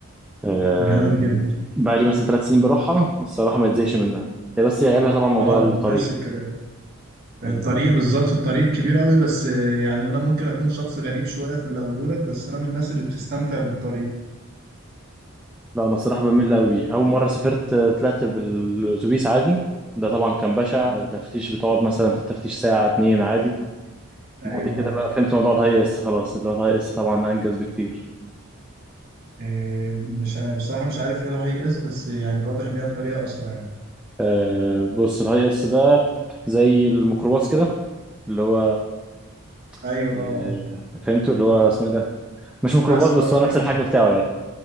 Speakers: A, in the centre; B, on the right.
A: آه
B: جامد جدا
A: بقى لي مثلا ثلاث سنين بروحها الصراحه ما اتزهقش منها هي بس هي عيبها طبعا موضوع
B: أه
A: الطريق
B: نفس الكلام الطريق
A: آه
B: بالظبط الطريق كبير قوي بس آه، يعني أنا ممكن أكون شخص غريب شوية في اللي أقوله لك بس أنا من الناس اللي بتستمتع بالطريق
A: لا انا الصراحه بميل قوي بيه اول مره سافرت آه، طلعت بالاتوبيس عادي ده طبعا كان بشع تفتيش بتقعد مثلا في التفتيش ساعه اتنين عادي
B: أيوه
A: بعد كده بقى فهمت موضوع الهاي اس خلاص اللي هو الهاي اس طبعا انجز بكتير
B: آه، مش ع- بصراحة مش عارف إيه الهاي إس بس يعني واضح إن هي طريقة أسرع يعني
A: آه بص الهاي اس ده زي الميكروباص كده اللي هو
B: أيوه
A: آه،
B: أه أه
A: فهمته اللي هو اسمه ايه ده مش ميكروباص
B: بس
A: بس
B: أه فهمت
A: هو نفس الحجم بتاعه يعني